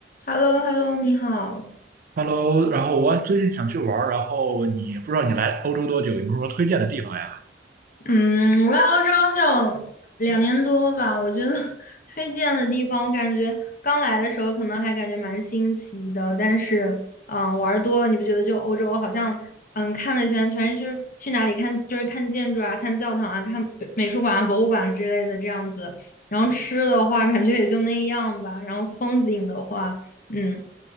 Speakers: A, on the left; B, on the right.
A: h e l l o h e l l o 你好。
B: Hello，然后我最近想去玩儿，然后你不知道你来欧洲多久，有没有什么推荐的地方呀？
A: 嗯，我来欧洲就两年多吧，我觉得 <laughs> 推荐的地方，我感觉刚来的时候可能还感觉蛮新奇的，但是，嗯，玩儿多了，你不觉得就欧洲好像，嗯，看了一圈全是去哪里看，就是看建筑啊、看教堂啊、看美美术馆啊、博物馆之类的这样子。然后吃的话，感觉也就那样吧。然后风景的话，嗯。